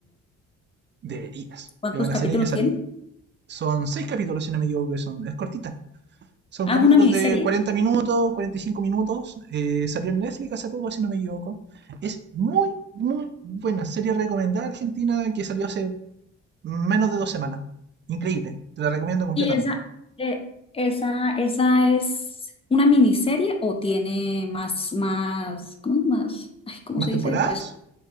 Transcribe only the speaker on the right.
Deberías.
Es una
serie que salió
Son seis capítulos, si no me equivoco, que son. Es cortita. Son
capítulos
de 40 minutos, 45 minutos. eh, salió en Netflix hace poco, si no me equivoco. Es muy, muy buena. Serie recomendada argentina que salió hace menos de dos semanas. Increíble. Te la recomiendo completamente.
¿Más
temporadas?